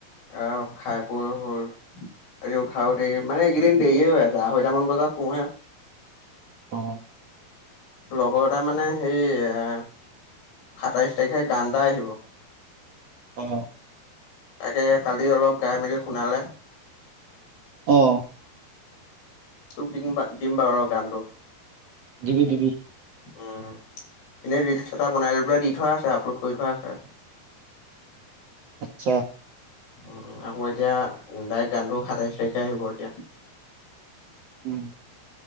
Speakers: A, on the left (about 80°); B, on the right (about 50°).
A: আৰু খাই বৈ হ'ল। আজি উঠায়ো দেৰি মানে একেদিন দেৰিয়ে হৈ আছে আঢ়ৈটামান বজাত শুহে
B: অ'।
A: লগৰ এটা মানে সেই আ, সাতাইশ তাৰিখে গান এটা আহিব।
B: অ'।
A: তাকে কালি অলপ গায়, মেলি শুনালে।
B: অ'।
A: তোক দিম দিম বাৰু গানটো
B: দিবি দিবি।
A: উম এনেই ৰীলচ এটা বনাই লৈ পেললে দি থোৱা আছে আপলোড কৰি থোৱা আছে।
B: আচ্ছা।
A: উ আকৌ এতিয়া ডাইৰেক্ট গানটো সাতাইশ তাৰিখে আহিব এতিয়া
B: উম